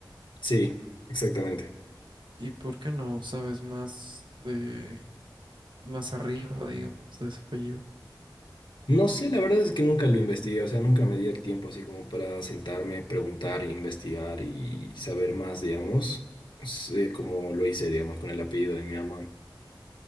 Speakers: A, on the left; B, on the right.
A: Sí, exactamente.
B: ¿Y por qué no sabes más de más arriba, digamos, de ese apellido.
A: No sé, la verdad es que nunca lo investigué, o sea, nunca me di el tiempo así como para sentarme, preguntar, investigar y saber más, digamos, sé como lo hice, digamos, con el apellido de mi mamá.